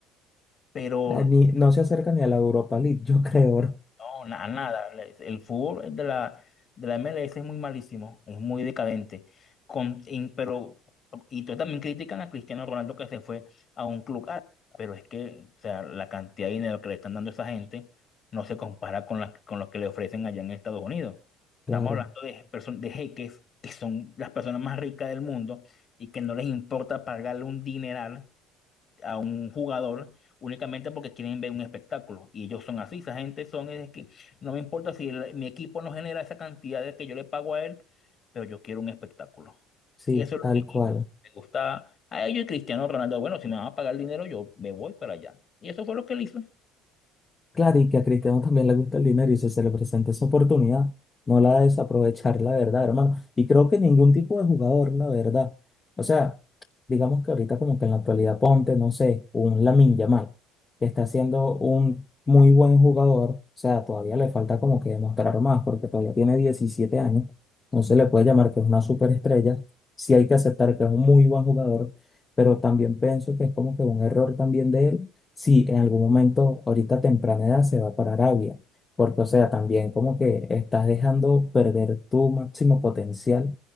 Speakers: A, on the left (about 45°); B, on the left (about 25°).
A: pero
B: Ah, ni- no se acerca ni a la Europa League, <laughs> yo creo.
A: no, nada, nada. le- El fútbol de la, de la MLS es muy malísimo, es muy decadente. Con, y- pero, y tú también critican a Cristiano Ronaldo que se fue a un club árabe, pero es que, o sea, la cantidad de dinero que le están dando a esa gente no se compara con, la, con lo que le ofrecen allá en Estados Unidos. Estamos
B: Claro.
A: hablando de, perso- de jeques que son las personas más ricas del mundo y que no les importa pagarle un dineral a un jugador únicamente porque quieren ver un espectáculo. Y ellos son así, esa gente son, es que no me importa si el- mi equipo no genera esa cantidad de que yo le pago a él, pero yo quiero un espectáculo.
B: Sí,
A: Y eso es
B: tal
A: lo que
B: cual.
A: me gusta a ellos y Cristiano Ronaldo. Bueno, si me van a pagar dinero, yo me voy para allá. Y eso fue lo que él hizo.
B: Claro, y que a Cristiano también le gusta el dinero y si se le presenta esa oportunidad, no la desaprovechar, la verdad, hermano. Y creo que ningún tipo de jugador, la verdad. O sea, digamos que ahorita como que en la actualidad ponte, no sé, un Lamine Yamal, que está siendo un muy buen jugador, o sea, todavía le falta como que demostrar más porque todavía tiene 17 años, no se le puede llamar que es una superestrella, sí hay que aceptar que es un muy buen jugador, pero también pienso que es como que un error también de él si en algún momento, ahorita a temprana edad, se va para Arabia. Porque, o sea, también como que estás dejando perder tu máximo potencial